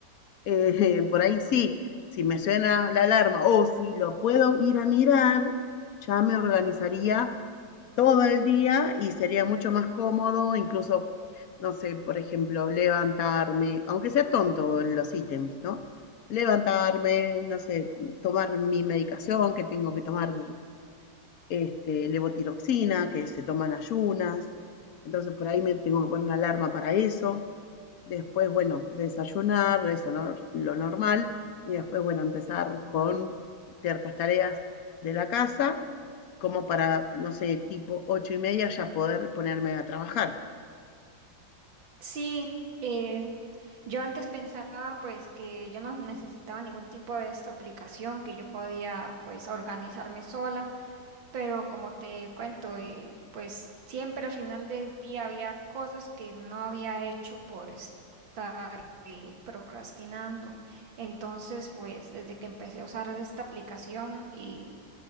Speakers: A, on the left; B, on the right.
A: Eh, <laughs> por ahí sí, si me suena la alarma o si lo puedo ir a mirar, ya me organizaría todo el día y sería mucho más cómodo, incluso, no sé, por ejemplo, levantarme, aunque sea tonto los ítems, ¿no? Levantarme, no sé, tomar mi medicación que tengo que tomar este, levotiroxina que se toman ayunas, entonces por ahí me tengo que poner una alarma para eso. Después, bueno, desayunar, eso no, lo normal, y después, bueno, empezar con ciertas tareas de la casa, como para, no sé, tipo ocho y media ya poder ponerme a trabajar.
B: Sí, eh, yo antes pensaba pues que yo no necesitaba ningún tipo de esta aplicación, que yo podía pues organizarme sola. pero como te cuento, eh, pues siempre al final del día había cosas que no había hecho por estar eh, procrastinando. Entonces, pues desde que empecé a usar esta aplicación y